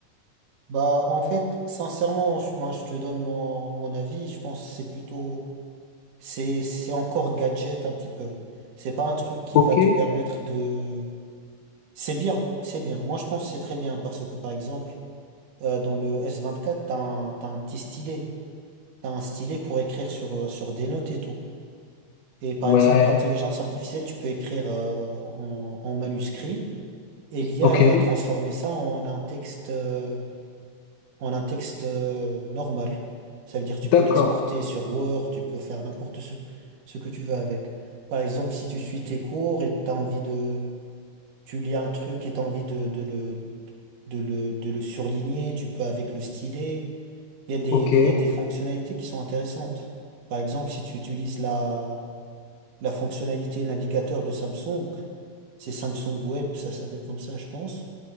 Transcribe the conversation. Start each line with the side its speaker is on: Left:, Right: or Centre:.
Right: Bah, en fait, sincèrement, je- moi, je te donne mon, mon avis. Je pense que c'est plutôt, c'est, c'est encore gadget un petit peu. C'est pas un truc qui
Left: Ok,
Right: va te permettre de. C'est bien, c'est bien. Moi, je pense que c'est très bien parce que, par exemple, Euh, dans le S24, t'as un, t'as un petit stylet. T'as un stylet pour écrire sur, euh, sur des notes et tout. Et par
Left: ouais,
Right: exemple, l'intelligence artificielle, tu peux écrire euh, en, en manuscrit. Et l'IA,
Left: ok,
Right: elle va transformer ça en un texte, euh, en un texte euh, normal. Ça veut dire tu peux
Left: d'accord,
Right: l'exporter sur Word, tu peux faire n'importe ce, ce que tu veux avec. Par exemple, si tu suis tes cours et t'as envie de, tu lis un truc et t'as envie de, de le, de le, de le surligner, tu peux avec le stylet. Il y a des,
Left: ok,
Right: des- il y a des fonctionnalités qui sont intéressantes. Par exemple, si tu utilises la, la fonctionnalité navigateur de Samsung, c'est Samsung Web, ça s'appelle comme ça, je pense.